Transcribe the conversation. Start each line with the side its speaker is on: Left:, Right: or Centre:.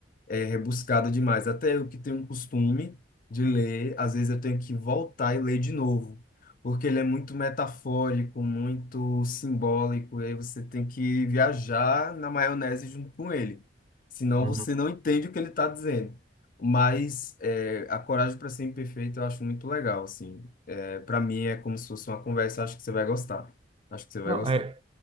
Left: é rebuscada demais. Até eu que tenho um costume de ler, às vezes eu tenho que voltar e ler de novo, porque ele é muito metafórico, muito simbólico, e aí você tem que viajar na maionese junto com ele. Senão
Right: uhum.
Left: você não entende o que ele está dizendo. Mas é, A Coragem para Ser Imperfeito eu acho muito legal, assim. É, para mim é como se fosse uma conversa, acho que você vai gostar. Acho que você vai
Right: Não,
Left: gostar.
Right: é,